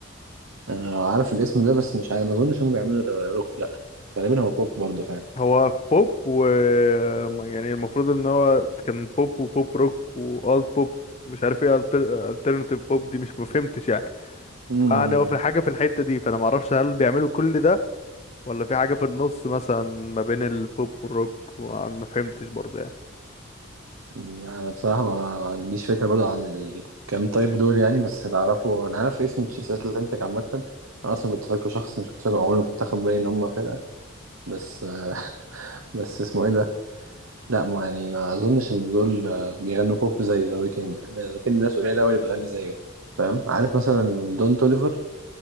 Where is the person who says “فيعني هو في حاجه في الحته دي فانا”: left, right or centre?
Left